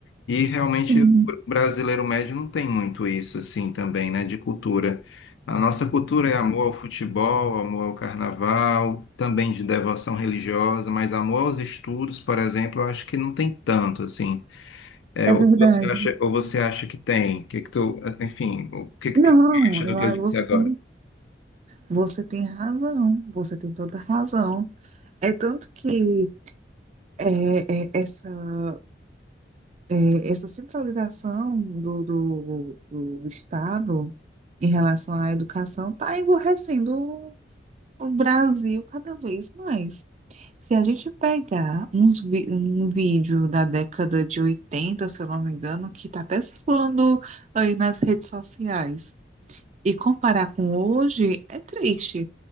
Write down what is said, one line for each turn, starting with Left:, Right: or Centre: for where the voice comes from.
Left: E realmente
Right: sim,
Left: o brasileiro médio não tem muito isso assim também, né, de cultura. A nossa cultura é amor ao futebol, amor ao carnaval, também de devoção religiosa, mas amor aos estudos, por exemplo, eu acho que não tem tanto assim. É,
Right: é
Left: ou
Right: verdade.
Left: você acha, ou você acha que tem? Que que tu, enfim, o que que
Right: Não,
Left: tu acha
Right: eu
Left: do que
Right: a-
Left: eu disse
Right: você
Left: agora?
Right: tem, você tem razão, você tem toda a razão. É tanto que é, é, essa, é, essa centralização do, do, do Estado em relação à educação está emborrecendo O Brasil, cada vez mais. Se a gente pegar uns vi- um vídeo da década de 80, se eu não me engano, que está até circulando aí nas redes sociais, e comparar com hoje, é triste.